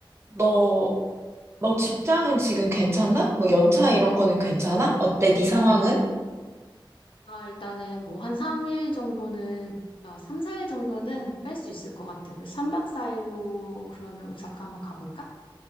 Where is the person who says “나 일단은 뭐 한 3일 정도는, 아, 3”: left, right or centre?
Left